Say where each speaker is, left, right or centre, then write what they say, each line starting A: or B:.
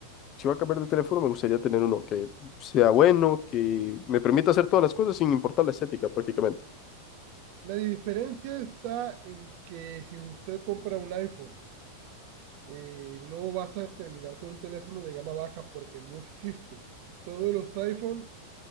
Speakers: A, on the left; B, on the right.
A: Si voy a cambiar de teléfono, me gustaría tener uno que sea bueno, que me permita hacer todas las cosas sin importar la estética prácticamente.
B: la diferencia está en que si usted compra un iPhone, eh, no vas a terminar con un teléfono de gama baja porque no existe. Todos los iPhone